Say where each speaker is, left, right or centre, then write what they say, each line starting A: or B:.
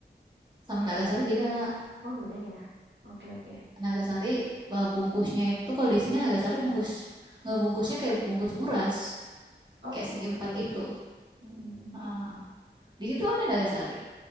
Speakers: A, on the right; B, on the right.
A: sama Nagasari beda
B: Oh beda ya. Oke oke.
A: Nagasari eh, bungkusnya itu kalau di sini Nagasari bungkus ngebungkusnya kayak bungkus buras
B: Oh
A: kayak segi empat
B: iya iya.
A: gitu
B: Mm-mm.
A: Heeh. di situ ada Nagasari